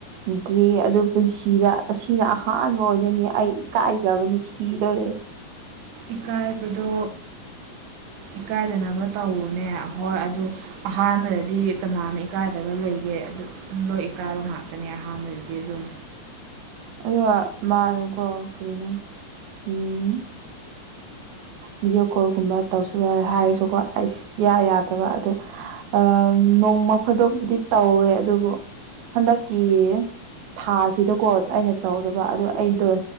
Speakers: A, on the right; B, on the right.
A: ꯗ꯭ꯔꯤ ꯑꯗꯨ ꯄꯨꯟꯁꯤꯗ ꯑꯁꯤꯅ ꯑꯍꯥꯟꯕ ꯑꯣꯏꯗꯣꯏꯅꯤ ꯑꯩ ꯏꯀꯥꯏꯖꯕꯅ ꯁꯤꯗꯣꯏꯔꯦ
B: ꯏꯀꯥꯏꯕꯗꯣ ꯏꯀꯥꯏꯗꯅꯕ ꯇꯧꯅꯦ ꯍꯣꯏ ꯑꯗꯨ ꯑꯍꯥꯟꯕꯗꯗꯤ ꯀꯅꯥꯅ ꯏꯀꯥꯏꯗꯒ ꯂꯩꯒꯦ ꯑꯗꯨ ꯂꯣꯏ ꯏꯀꯥꯏꯕ ꯉꯥꯛꯇꯅꯦ ꯑꯍꯥꯟꯕꯗꯗꯤ ꯑꯗꯨꯝ
A: ꯑꯗꯨꯒ ꯃꯥꯅꯨꯀꯣ ꯀꯔꯤꯅꯣ ꯎꯝ ꯚꯤꯗꯤꯑꯣ ꯀꯣꯜꯒꯨꯝꯕ ꯇꯧꯁꯨ ꯍꯥꯏꯔꯁꯨꯀꯣ ꯑꯩ ꯢꯌꯥ ꯌꯥꯗꯕ ꯑꯗꯨ ꯑ ꯅꯣꯡꯃ ꯐꯗꯣꯛꯕꯨꯗꯤ ꯇꯧꯔꯦ ꯑꯗꯨꯕꯨ ꯍꯟꯗꯛꯀꯤ ꯊꯥꯁꯤꯗꯀꯣ ꯑꯩꯅ ꯇꯧꯗꯕ ꯑꯣ ꯑꯩꯗꯣ